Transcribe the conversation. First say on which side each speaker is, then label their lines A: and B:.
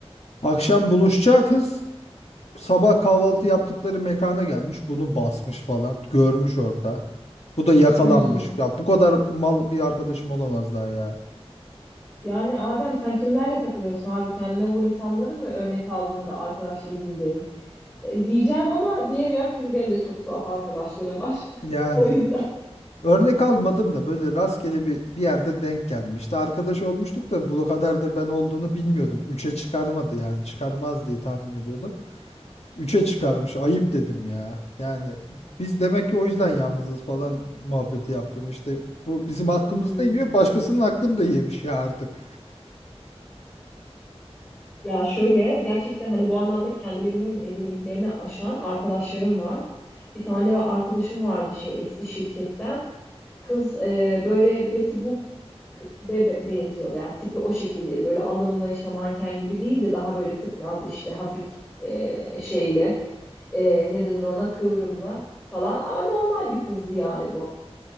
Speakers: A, on the left; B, on the left.
A: Akşam buluşacağı kız sabah kahvaltı yaptıkları mekana gelmiş. Bunu basmış falan. Görmüş orada. Bu da yakalanmış.
B: hmm.
A: Ya bu kadar mal bir arkadaşım olamaz daha ya.
B: Yani Adem sen kimlerle takılıyorsun abi? Kendine bu insanları mı örnek aldın da arkadaş edindin? E, Diyeceğim ama diyemiyorum çünkü benim de çok tuhaf arkadaşlarım var.
A: Yani
B: <laughs> O yüzden.
A: Örnek almadım da böyle rastgele bir, bir yerde denk gelmişti. Arkadaş olmuştuk da bu kadar da ben olduğunu bilmiyordum. Üçe çıkarmadı yani çıkarmaz diye tahmin ediyordum. Üçe çıkarmış ayıp dedim ya. Yani biz demek ki o yüzden yalnızız falan muhabbeti yaptım. İşte bu bizim hakkımızı
B: Hmm.
A: da yiyor başkasının hakkını da yemiş ya artık.
B: Ya şöyle gerçekten hani bu anlamda kendilerinin e, limitlerini aşan arkadaşlarım var. Bir tane va- arkadaşım vardı şey eski şirketten. Kız e, böyle Betty Boop k- be be- benziyordu. Yani tipi o şekildeydi. Böyle alımlı işte manken gibi değil de daha böyle tıknaz işte hafif e, şeyle e, ne denir ona kıvrımlı falan. Ama normal bir kızdı yani bu.